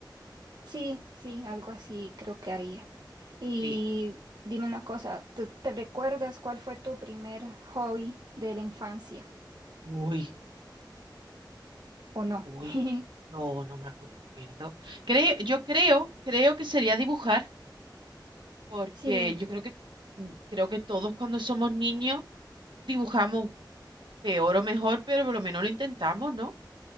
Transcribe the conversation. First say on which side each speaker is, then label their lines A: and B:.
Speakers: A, on the right; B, on the right.
A: Sí, sí, algo así creo que haría. Y
B: Sí.
A: dime una cosa, ¿te, te recuerdas cuál fue tu primer hobby de la infancia
B: Uy,
A: o no?
B: uy.
A: <laughs>
B: No, no me acuerdo. Creo, yo creo, creo que sería dibujar, porque
A: Sí,
B: yo creo que mm, creo que todos cuando somos niños dibujamos peor o mejor, pero por lo menos lo intentamos, ¿no?